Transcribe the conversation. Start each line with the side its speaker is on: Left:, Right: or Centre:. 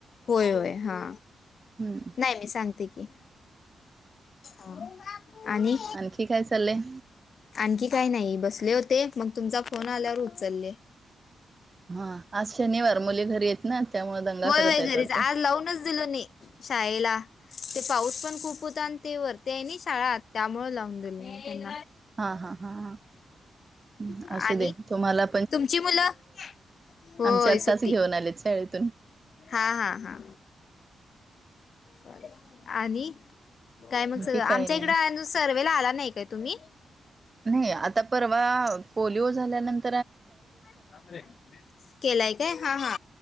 Left: होय होय हा
Right: हम्म.
Left: नाही मी सांगते की अं आणि
Right: आणखी काय चाललंय?
Left: आणखी काय नाही बसले होते. मग तुमचा फोन आल्यावर उचलले.
Right: हा आज शनिवार मुले घरी हेत. नाही त्यामुळे <unintelligible>
Left: होय, होय
Right: आहेत
Left: घरीच.
Right: वाटतं.
Left: आज लावूनच दिलं नहीं शाळेला. ते पाऊस पण खूप होता आणि ते वरती आहे ना शाळा त्यामुळं लावून दिलं नहीं.
Right: हा हा हा हा हम्म,
Left: <unintelligible>
Right: असू
Left: आणि
Right: दे तुम्हाला
Left: तुमची मुलं? होय
Right: आमची आत्ताच
Left: सुट्टी
Right: घेऊन आलेत शाळेत
Left: हा, हा, हा <unintelligible> आणि काय मग
Right: आणखी
Left: सगळं, आमच्या
Right: काही नाही.
Left: इकडं आणू सर्वेला आला नाय काय तुम्ही?
Right: नाही आता परवा पोलिओ झाल्यानंत
Left: <unintelligible> केलाय काय? हा, हा